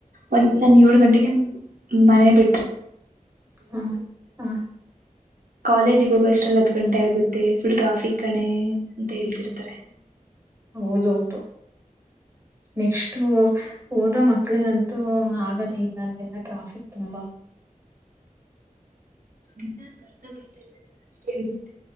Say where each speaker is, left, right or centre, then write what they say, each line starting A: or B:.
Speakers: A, on the right; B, on the right.
A: ಒಂದ ನನ್ ಏಳ್ ಗಂಟೆಗೆ ಮನೆ ಬಿಟ್ರ
B: ಹ್ಮ ಹ
A: ಕಾಲೇಜಿಗೆ ಹೋಗಷ್ಟಲ್ಲಿ ಹತ್ತು ಗಂಟೆ ಆಗುತ್ತೆ ಫುಲ್ ಟ್ರಾಫಿಕ್ ಕಣೆ ಅಂತ ಹೇಳ್ತಿರ್ತಾರೆ
B: ಹೌದೌದು
A: ಹ
B: ನೆಕ್ಸ್ಟ್ು ಓದೋ ಮಕ್ಳಿಗಂತೂ ಆಗದ ಇದನಲ್ಲಿಲ್ಲ ಟ್ರಾಫಿಕ್ ತುಂಬಾ
A: ನಿನ್ನ ಬರ್ತಾ ಬರ್ತಾ ಇಲ್ಲ ಜಾಸ್ತಿ ಆಗುತ್ತೆ